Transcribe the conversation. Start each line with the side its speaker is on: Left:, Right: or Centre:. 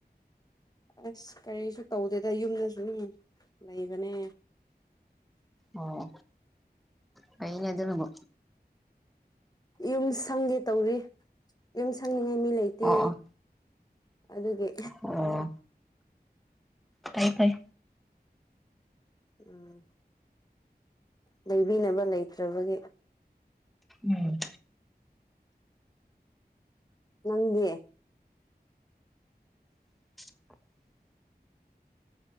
Left: ꯑꯁ ꯀꯔꯤꯁꯨ ꯇꯧꯗꯦꯗ ꯌꯨꯝꯗꯥ ꯁꯨꯝ ꯂꯩꯕꯅꯦ
Centre: ꯑꯣ ꯐꯩꯅ‌ꯦ ꯑꯗꯨꯅꯕꯨ
Left: ꯌꯨꯝ ꯁꯪꯒꯦ ꯇꯧꯔꯤ ꯌꯨꯝ ꯁꯪꯅꯤꯉꯥꯏ ꯃꯤ ꯂꯩꯇꯦ
Centre: ꯑꯣ ꯑꯣ
Left: ꯑꯗꯨꯒꯤ
Centre: ꯑꯣ ꯐꯩ ꯐꯩ
Left: ꯎꯝ ꯂꯩꯕꯤꯅꯕ ꯂꯩꯇ꯭ꯔꯕꯒꯤ
Centre: ꯎꯝ
Left: ꯅꯪꯗꯤ
Centre: <inaudible>